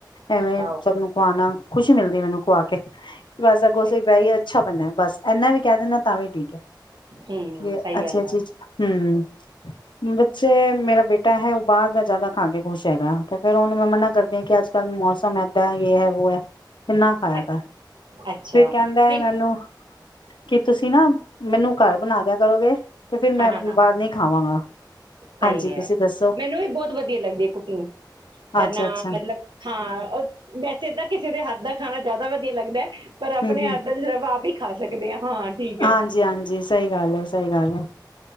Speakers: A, on the left (about 85°); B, on the right (about 75°).
A: ਐਵੇਂ
B: ਵਾਓ।
A: ਸਭ ਨੂੰ ਖਵਾਣਾ, ਖੁਸ਼ੀ ਮਿਲਦੀ ਮੈਨੂੰ ਖਵਾ, ਕੇ ਬਸਗੋ
B: ਸਹੀ।
A: ਬ ਅੱਛਾ ਬਣਿਆ। ਬਸ। ਇਨਾ ਵੀ ਕਹਿ ਦਿੰਦਾ ਤਾਂ ਵੀ ਠੀਕ ਹੈ,
B: ਹੂੰ,
A: ਵੀ
B: ਸਹੀ
A: ਅੱਛੀ
B: ਗੱਲ
A: ਅੱਛੀ, ਹਮ। ਬੱਚੇ, ਮੇਰਾ ਬੇਟਾ ਹੈ, ਉਹ ਬਾਹਰ ਦਾ ਜ਼ਿਆਦਾ ਖਾ ਕੇ ਖੁਸ਼ ਹੈਗਾ, ਤੇ ਫਿਰ, ਉਹਨੂੰ ਮੈਂ ਮਨਾ ਕਰਦੀ ਹਾਂ ਕਿ ਅੱਜ ਕੱਲ੍ਹ ਮੌਸਮ ਏਦਾਂ, ਯ ਹੈ ਵੋ ਹੈ। ਕਿੰਨਾ ਖਾਇਆ
B: ਐ,
A: ਕਰ,
B: ਅੱਛਾ,
A: ਫਿਰ ਕਹਿੰਦਾ
B: ਨਹੀਂ
A: ਹੈ ਮੈਨੂੰ ਕੀ, ਤੁਸੀਂ ਨਾ ਮੈਨੂੰ ਘਰ ਬਣਾ ਦਿਆ ਕਰੋਗੇ? ਤੇ ਫਿਰ ਮੈਂ
B: ਹਾਂ-ਹਾਂ-ਹਾਂ।
A: ਬਾਅਦ ਨਹੀਂ ਖਾਵਾਂਗਾ।
B: ਸਹੀ
A: ਹਾਂਜੀ
B: ਹੈ,
A: ਤੁਸੀਂ ਦੱਸੋ
B: ਮੈਨੂੰ ਵੀ ਬਹੁਤ ਵਧੀਆ ਲੱਗਦੀ ਹੈ ਕੁਕਿੰਗ। ਕਰਨਾ
A: ਅੱਛਾ ਅੱਛਾ
B: ਮਤਲਬ, ਹਾਂ। ਵੈਸੇ ਤਾਂ ਕਿਸੇ ਹੱਥ ਦਾ ਖਾਣਾ ਜ਼ਿਆਦਾ ਵਧੀਆ ਲੱਗਦਾ ਹੈ, ਪਰ, ਆਪਣੇ
A: ਹੂੰ ਹੂੰ
B: ਆਪ ਦਾ ਜਵਾ ਆਪ ਹੀ ਖਾ ਸਕਦੇ ਹਾਂ। ਹਾਂ ਠੀਕ ਹੈ
A: ਹਾਂਜੀ, ਹਾਂਜੀ। ਸਹੀ ਗੱਲ ਹੈ, ਸਹੀ ਗੱਲ ਹੈ,